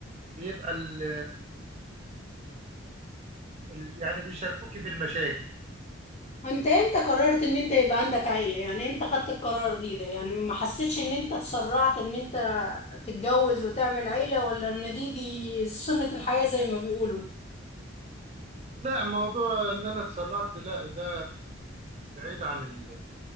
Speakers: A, on the right; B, on the left.
A: بيبقى ال ال- يعني بيشاركوكي في المشاكل
B: انت امتى قررت ان انت يبقى عندك عيلة يعني امتى خدت القرار دي ده يعني ما حسيتش ان انت اتسرعت ان انت تتجوز وتعمل عيلة ولا ان دي دي سنة الحياة زي ما بيقولوا
A: لا موضوع إن أنا اتسرعت لا ده بعيد عن ال-